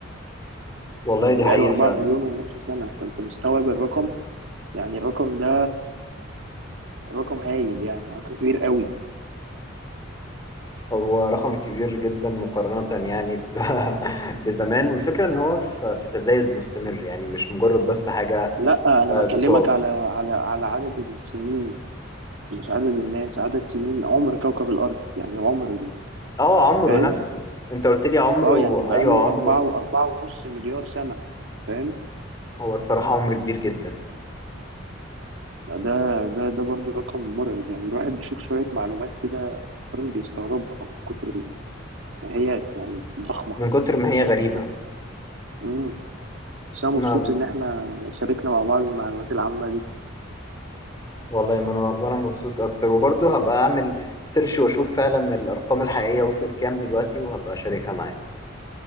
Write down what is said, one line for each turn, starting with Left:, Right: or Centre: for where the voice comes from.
Left: والله
Right: يعني
Left: دي
Right: بقاله
Left: حقيقة
Right: 4
Left: فعلا
Right: مليون ونص سنة فأنت مستوعب الرقم يعني الرقم ده رقم هايل يعني رقم كبير قوي
Left: هو رقم كبير جدا مقارنة يعني ب... <laughs> بزمان والفكرة ان هو في في تزايد مستمر يعني مش مجرد بس حاجة
Right: لا أنا
Left: آه،
Right: بكلمك
Left: بتقف
Right: على على على عدد السنين مش عدد الناس عدد سنين عمر كوكب الأرض يعني عمر ال-
Left: اه عمره
Right: فاهم
Left: نفسه انت قلت لي عمره
Right: اه يعني بقاله
Left: ايوه عمره
Right: أربعة وأربعة ونص مليار سنة فاهم
Left: هو الصراحة عمر كبير جدا
Right: ده ده ده برضو رقم مرعب يعني الواحد بيشوف شوية معلومات كده فعلا بيستغربها من كتر ال- ما هي يعني ضخمة
Left: من كتر ما هي غريبة
Right: امم بس أنا
Left: ما
Right: مبسوط إن إحنا شاركنا مع بعض المعلومات العامة دي
Left: والله ما انا وانا مبسوط اكتر وبرضه هبقى اعمل سيرش واشوف فعلا الارقام الحقيقية وصلت كام دلوقتي وهبقى اشاركها معاك